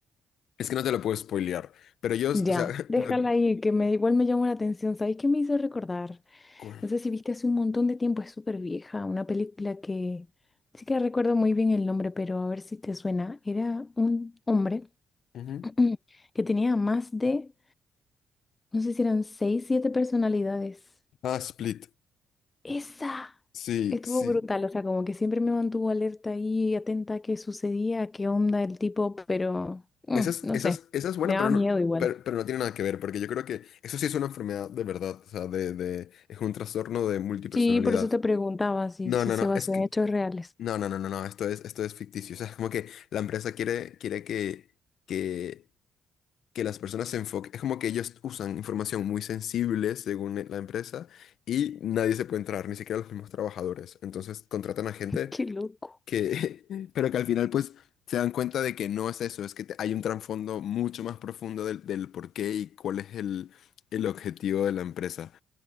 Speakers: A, on the left; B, on the left.
A: Es que no te lo puedo spoilear, pero yo, o
B: Ya,
A: sea, <laughs>
B: déjala
A: la-
B: ahí, que me, igual me llamó la atención. ¿Sabéis qué me hizo recordar?
A: cu-
B: No sé si viste hace un montón de tiempo, es súper vieja, una película que sí que recuerdo muy bien el nombre, pero a ver si te suena. Era un hombre
A: Ujú.
B: <clears throat> que tenía más de, no sé si eran seis, siete personalidades.
A: Ah, Split.
B: Esa
A: Sí,
B: estuvo
A: sí.
B: brutal, o sea, como que siempre me mantuvo alerta y atenta a qué sucedía, a qué onda el tipo, pero mm,
A: Esa es,
B: no
A: esa
B: sé,
A: es- esa es buena,
B: me daba
A: pero
B: miedo
A: no,
B: igual.
A: pero, pero no tiene nada que ver, porque yo creo que eso sí es una enfermedad de verdad, o sea, de, de, es un trastorno de multipersonalidad.
B: Sí, por eso te preguntaba si,
A: No,
B: si
A: no,
B: se
A: no,
B: basó
A: es que,
B: en hechos reales.
A: no, no, no, no, no, esto es, esto es ficticio, o sea, es como que la empresa quiere, quiere que, que que las personas se enfoquen, es como que ellos usan información muy sensible según e- la empresa y nadie se puede entrar, ni siquiera los mismos trabajadores. Entonces contratan a gente
B: Qué loco.
A: que, <laughs> pero que al final pues se dan cuenta de que no es eso, es que te- hay un trasfondo mucho más profundo del, del por qué y cuál es el, el objetivo de la empresa.